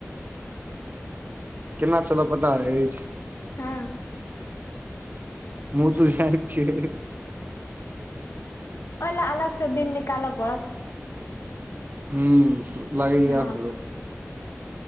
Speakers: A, on the right; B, on the left.
A: केना चलब पता अछि
B: हँ
A: मुँह तू झापि लेब
B: ओहि लए अलग से दिन निकालऽ पड़त
A: हूँ लागैये
B: हँ
A: हमरो